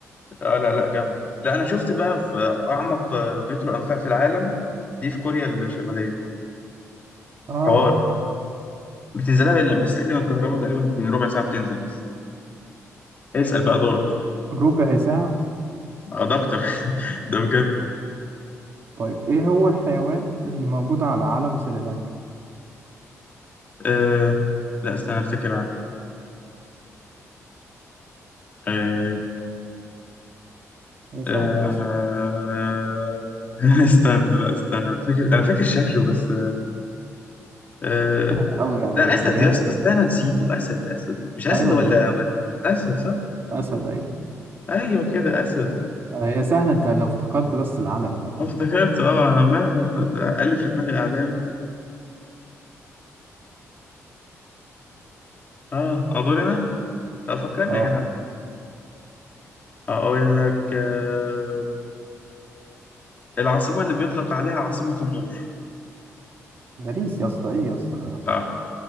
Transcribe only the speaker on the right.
آه
طيب
ربع ساعة
طيب ايه هو الحيوان اللي موجود على علم سريلانكا
هي سهلة
اصلا
أوي يعني لو
تخيلت
مهما
ايوه
بالظبط
اسد ايوه
آه، هي سهلة انت لو افتكرت بس العلم لو
اه
مريس يا اسطى ايه يا اسطى ده يا اسطى